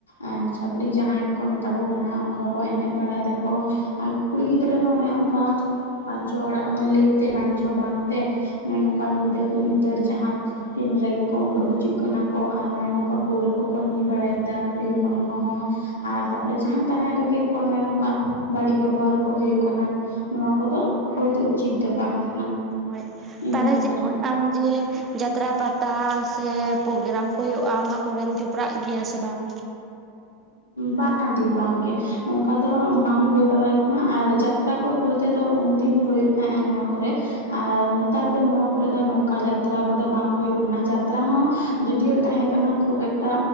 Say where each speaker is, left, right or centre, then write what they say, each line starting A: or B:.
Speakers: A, on the left; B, on the right.
A: ᱮᱸ ᱪᱷᱟᱹᱯᱨᱤ ᱡᱟᱦᱟᱸᱭ ᱠᱚ ᱢᱮᱛᱟ ᱠᱚ ᱠᱟᱱᱟ ᱚᱱᱠᱟ ᱠᱚ ᱮᱱᱮᱡ ᱵᱟᱲᱟᱭ ᱫᱟᱠᱚ ᱟᱨ ᱠᱩᱲᱤ ᱜᱤᱫᱽᱨᱟᱹ ᱦᱚᱸ ᱚᱱᱮ ᱚᱱᱠᱟ ᱵᱟᱝᱪᱚ ᱚᱲᱟᱜ ᱦᱚᱲ ᱞᱟᱹᱭ ᱛᱮ ᱵᱟᱧᱪᱚ ᱵᱟᱝᱛᱮ ᱢᱮᱱ ᱱᱚᱝᱠᱟ ᱧᱤᱫᱟᱹ ᱧᱛᱟᱹᱨ ᱡᱟᱦᱟᱸ ᱛᱤᱱ ᱨᱮᱜᱮ ᱠᱚ ᱩᱰᱩᱜ ᱦᱤᱡᱩᱜ ᱠᱟᱱᱟ ᱠᱚ᱾ ᱟᱨ ᱱᱚᱜᱼᱚᱭ ᱱᱚᱝᱠᱟ ᱯᱟᱹᱣᱨᱟᱹ ᱠᱚᱠᱚ ᱧᱩᱭ ᱵᱟᱲᱟᱭᱮᱫᱟ ᱠᱩᱲᱤ ᱦᱚᱯᱚᱱ ᱠᱚᱦᱚᱸ। ᱟᱨ ᱛᱟᱨᱯᱚᱨᱮ ᱡᱟᱦᱟᱸ ᱛᱟᱦᱮᱸ ᱨᱮᱜᱮ ᱛᱚ ᱱᱚᱜ-ᱚᱭ ᱱᱚᱝᱠᱟ ᱵᱟᱹᱲᱤᱡ ᱵᱮᱵᱚᱦᱟᱨ ᱠᱚ ᱦᱩᱭᱩᱜ ᱠᱟᱱᱟ᱾ ᱱᱚᱣᱟ ᱠᱚᱫᱚ ᱦᱳᱭ ᱫᱚ ᱩᱪᱤᱛ ᱫᱚ ᱵᱟᱝ ᱠᱟᱱᱟ᱾
B: ᱦᱳᱭ
A: ᱤᱧ
B: ᱛᱟᱦᱚᱞᱮ
A: ᱢᱚᱛ
B: ᱡᱮᱢᱚᱱ
A: ᱨᱮᱫᱚ
B: ᱟᱢ ᱡᱮ, ᱡᱟᱛᱨᱟ ᱯᱟᱛᱟ ᱥᱮ ᱯᱨᱳᱜᱽᱜᱨᱟᱢ ᱠᱚ ᱦᱩᱭᱩᱜᱼᱟ ᱚᱱᱟ ᱠᱚᱨᱮᱢ ᱡᱚᱯᱲᱟᱜ ᱜᱮᱭᱟ ᱥᱮ ᱵᱟᱝ?
A: ᱵᱟᱝ ᱫᱤ ᱵᱟᱝᱜᱮ, ᱱᱚᱝᱠᱟ ᱫᱚ ᱵᱟᱝ ᱦᱩᱭ ᱵᱟᱲᱟ ᱠᱟᱱᱟ ᱟᱨ ᱡᱟᱛᱨᱟ ᱠᱚ ᱵᱚᱞᱛᱮ ᱫᱚ ᱩᱱᱫᱤᱱ ᱦᱩᱭᱩᱜ ᱛᱟᱦᱮᱫᱼᱟ ᱱᱚᱣᱟ ᱠᱚᱨᱮ, ᱟᱨ ᱱᱮᱛᱟᱨ ᱫᱚ ᱱᱚᱣᱟ ᱠᱚᱨᱮ ᱫᱚ ᱱᱚᱝᱠᱟ ᱡᱟᱛᱨᱟ ᱠᱚᱫᱚ ᱵᱟᱝ ᱦᱩᱭᱩᱜ ᱠᱟᱱᱟ ᱡᱟᱛᱨᱟ ᱦᱚᱸ, ᱡᱳᱫᱤᱭᱳ ᱛᱟᱦᱮᱸ ᱠᱟᱱᱟ ᱠᱷᱩᱵ ᱮᱠᱴᱟ